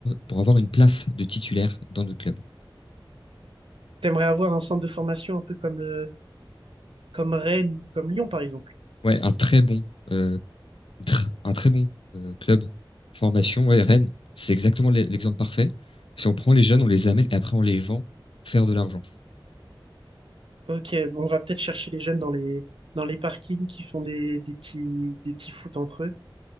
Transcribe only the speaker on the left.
pour avoir une place de titulaire dans notre club.
Ouais, un très bon, euh, un très bon euh, club formation. Ouais, Rennes, c'est exactement l'exemple parfait. Si on prend les jeunes, on les amène et après on les vend pour faire de l'argent.